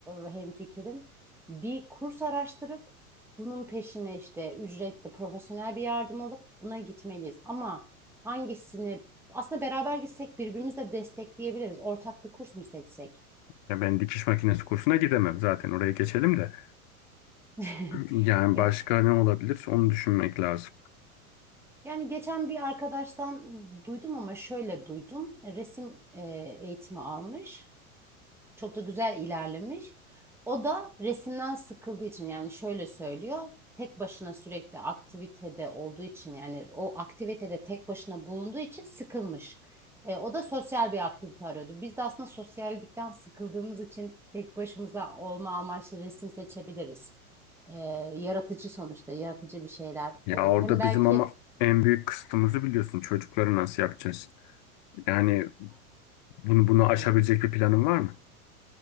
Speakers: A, in the centre; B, on the left.
A: e, hemfikirim. Bir kurs araştırıp bunun peşine işte ücretli profesyonel bir yardım alıp buna gitmeliyiz. Ama hangisini aslında beraber gitsek birbirimizi de destekleyebiliriz. Ortak bir kurs mu seçsek?
B: Ya ben dikiş makinesi kursuna gidemem zaten oraya geçelim de.
A: <laughs>
B: Yani
A: Yok.
B: başka ne olabilir onu düşünmek lazım.
A: Yani geçen bir arkadaştan duydum ama şöyle duydum. Resim e, eğitimi almış. Çok da güzel ilerlemiş. O da resimden sıkıldığı için yani şöyle söylüyor. Tek başına sürekli aktivitede olduğu için yani o aktivitede tek başına bulunduğu için sıkılmış. E, o da sosyal bir aktivite arıyordu. Biz de aslında sosyallikten sıkıldığımız için tek başımıza olma amaçlı resim seçebiliriz. E, yaratıcı sonuçta yaratıcı bir şeyler
B: Ya
A: olur.
B: orada
A: Hem belki
B: bizim ama en büyük kısıtımızı biliyorsun. Çocukları nasıl yapacağız? Yani bunu bunu
A: ben...
B: aşabilecek bir planın var mı?